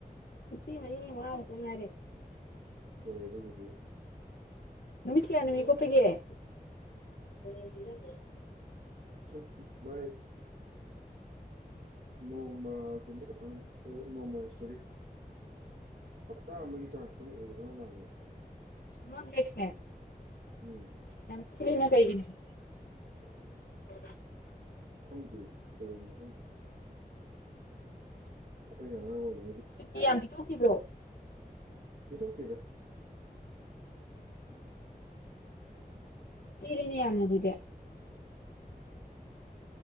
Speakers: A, on the left; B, on the right.
A: ꯃꯤꯁꯤ ꯃꯅꯤꯅꯤ ꯃꯉꯥꯃꯨꯛꯇ ꯉꯥꯏꯔꯦ
B: ꯍꯣꯏ ꯑꯗꯨꯕꯨꯗꯤ
A: ꯅꯨꯃꯤꯠ ꯀꯌꯥꯅꯤꯃꯤ ꯀꯄꯒ ꯂ ꯂꯩ
B: ꯥꯏ ꯅꯣꯡꯃꯒꯨꯝꯕ ꯈꯈꯤꯇꯪ ꯅꯣꯡꯃꯥ ꯁꯣꯔꯤ ꯍꯞꯇꯥ ꯑꯃ ꯆꯥꯒ ꯇ ꯑꯣꯏꯔꯣ ꯃꯥꯔꯦ
A: ꯁꯨꯃꯄꯦꯁꯦ
B: ꯎꯝ
A: ꯌꯥꯝ ꯀꯅ ꯀꯩꯒꯤꯅꯦꯦ
B: <unintelligible>
A: ꯎ
B: ꯈꯝꯗ ꯗꯧꯔꯅ ꯈꯗ ꯑꯩꯈꯣꯏꯅ ꯑꯉꯥꯡ ꯑꯣꯏ
A: ꯁꯨꯇꯤ ꯌꯥꯝ ꯄꯤꯊꯣꯛꯈꯤꯕ꯭ꯔꯣ
B: ꯄꯤꯤꯁꯣꯛ ꯊꯗ
A: ꯇꯤꯔꯅꯤ ꯌꯥ ꯃ ꯑꯗꯨꯗ